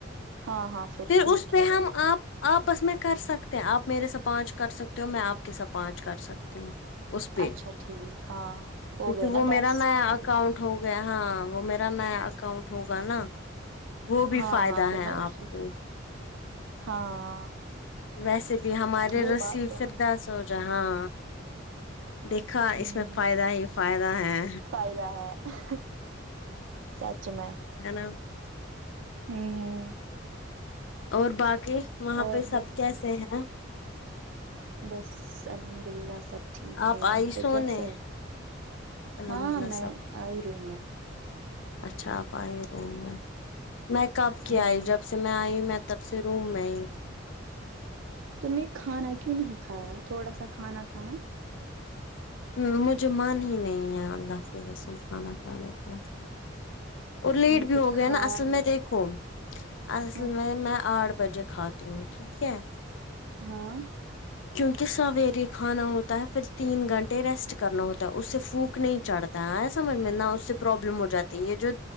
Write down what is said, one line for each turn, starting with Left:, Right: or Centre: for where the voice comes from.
Right: ہاں ہاں
Left: پھر
Right: ٹھیک
Left: اس پہ
Right: ہے
Left: ہم
Right: ویسے
Left: آپ آپس میں کر سکتے ہیں آپ میرے سے پانچ کر سکتے ہو میں آپ کے سات پانچ کر سکتی ہوں اس پہ
Right: اچھا ٹھیک ہاں ہو
Left: کیونکہ
Right: گئے نا
Left: وہ میرا
Right: دس
Left: نیا
Right: ہو
Left: اکاؤنٹ
Right: گئے
Left: ہو گیا ہاں وہ میرا نیا اکاؤنٹ ہوگا نا وہ بھی
Right: ہاں
Left: فائدہ
Right: ہاں پھر
Left: ہے
Right: میں اسی
Left: آپ کو
Right: پہ ہاں
Left: ویسے بھی ہمارے
Right: وہ
Left: رسی
Right: بات تو
Left: فردوس
Right: ہے
Left: جہاں دیکھا
Right: ہوں
Left: اس میں فائدہ ہی فائدہ ہے
Right: فائدہ ہے سچ میں
Left: ہیں نہ
Right: ہوں
Left: اور باقی وہاں
Right: اور
Left: پہ سب
Right: ب
Left: کیسے ہیں
Right: بس الحمد للہ سب ٹھیک
Left: آپ
Right: ہے وہاں
Left: آئی سونے
Right: پہ کیسے ہے
Left: الحمد
Right: ہاں
Left: للہ
Right: میں
Left: سب
Right: آئی رہی ہوں میں
Left: اچھا آپ آئی روم میں میں کب کی
Right: ہ
Left: آئی جب سے میں آئی میں تب سے روم میں ہی
Right: تم نے کھانا کیوں نہیں کھایا تھوڑا سا کھانا تھانا
Left: ہ مجھے من ہی نہیں ہے اللہ کے قسم کھانا کھانے کا اور لیٹ
Right: تم نے
Left: بھی
Right: کچھ
Left: ہو گیا
Right: کھایا
Left: نا اصل
Right: ہوگا
Left: میں دیکھو اصل
Right: ہاں
Left: میں میں آٹھ بجے کھات ٹھیک ہے
Right: ہاں
Left: کیونکہ سویرے کھانا ہوتا ہے پھر تین گھنٹے ریسٹ کرنا ہوتا ہے اس سے بھوک نہیں چڑھتا تا سمجھ میں نہ اس سے پرابلم ہو جاتی ہے یہ جو